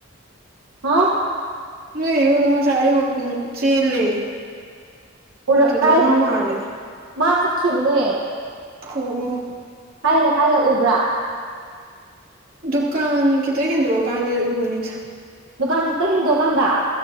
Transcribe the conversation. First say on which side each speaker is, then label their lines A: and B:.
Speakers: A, on the right; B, on the right.
A: ꯍꯥ
B: ꯅꯣꯏ ꯑꯩꯉꯣꯟꯗꯣ ꯉꯁꯥꯏ ꯑꯩ ꯋꯥꯛꯀꯤꯡ ꯆꯦꯜꯂꯦ
A: ꯎꯔ
B: ꯑꯗꯨꯗ
A: ꯀꯥꯏ
B: ꯃꯥ ꯃꯥꯜꯂꯦ
A: ꯃꯥ ꯆꯠꯈꯤꯕꯅꯦ
B: ꯎ ꯎꯝ
A: ꯀꯥꯏꯗ ꯀꯥꯏꯔꯛ ꯎꯕ꯭ꯔꯥ
B: ꯗꯨꯀꯥꯟ ꯈꯤꯇꯪ ꯍꯦꯟꯗꯣꯛꯑ ꯀꯥꯟꯗ ꯎꯕꯅꯤꯗ
A: ꯗꯨꯀꯥꯟ ꯈꯤꯇꯪ ꯍꯦꯟꯗꯣꯛꯑ ꯀꯥꯟꯗ